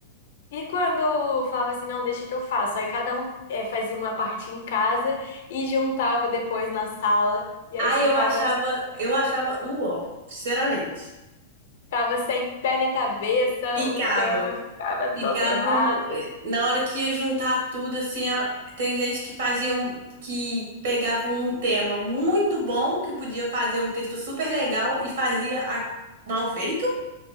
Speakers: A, on the left; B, on the right.
A: E quando falava assim, não, deixa que eu faço. Aí cada um eh, fazia uma parte em casa e juntava depois na sala. E aí
B: Aí
A: ficava,
B: eu achava, eu achava o ó, sinceramente.
A: ficava sem pé nem cabeça,
B: Ficava,
A: o tema ficava todo
B: ficava
A: errado.
B: um- na hora que ia juntar tudo assim, a- tem gente que fazia um- que pegava um tema muito bom, que podia fazer um texto super legal e fazia a- mal feito,